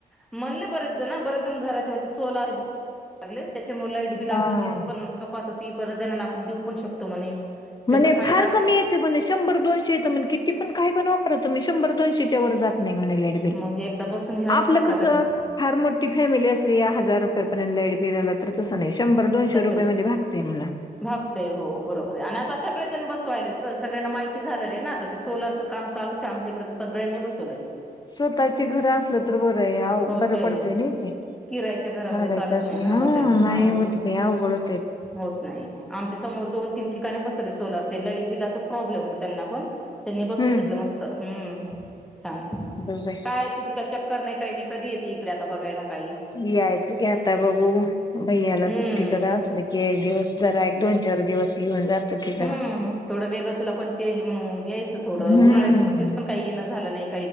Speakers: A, in the centre; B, on the left.
A: म्हणले बरेच जण बरेच जण घराच्या वरती सोलर लागले त्याच्यामुळे लाईट बिल
B: हा
A: आपलं वीज पण कपात होती बऱ्याच जणाला आपण देऊ पण शकतो म्हणे
B: म्हणे
A: त्याचा फायदा
B: फार
A: आहे
B: कमी म्हणे शंभर दोनशे म्हण किती पण काय पण वापरा तुम्ही शंभर दोनशेच्या वर जात नाही म्हणे लाईट बिल
A: मग एकदा बसून घ्यावंच
B: आपलं
A: लागतं
B: कसं
A: आता ते
B: फार मोठी फॅमिली असली या हजार रुपयापर्यंत लाईट बिल आलं तर तसं नाही शंभर दोनशे
A: तसं
B: रुपये
A: नाही
B: मध्ये भागतंय म्हणे
A: भागतय हो बरोबर आहे आणि आता सगळेजण बस ग सगळ्यांना माहिती झाले आहे ना आता ते सोलारचं काम चालूच आहे आमच्या इकडे ते सगळ्यांनी बसवलंय.
B: स्वतःची घरं असलं तर बरं आहे.
A: होतय
B: बरं पडतय ना ते.
A: किरायच्या घरामध्ये
B: भाड्याचं
A: चालत
B: असल
A: नाही ना
B: ह
A: बसायचं
B: म नाही
A: हं
B: होत बाई अवघड होत
A: होत नाही. आमच्या समोर दोन तीन ठिकाणी बसवले सोलर. ते लाईट बिलाचा प्रॉब्लेम होता त्यांना पण, त्यांनी बसून
B: हम्म
A: घेतलं मस्त हम् छान.
B: बरं आहे.
A: काय तुझी काय चक्कर नाही काही नाही कधी येते इकडे आता बघायला काही?
B: यायचं की आता बघू. भै्याला
A: हम्म
B: सुट्टी जरा असल की एक दिवस जरा एक दोन चार दिवस येऊन जात की जरा.
A: हम्म थोडं वेगळं तुला पण चेंज म्हणून यायचं थोड.
B: हम्म
A: उ्हाळ्याच्या सु्टीत पण काही येणं झालाय.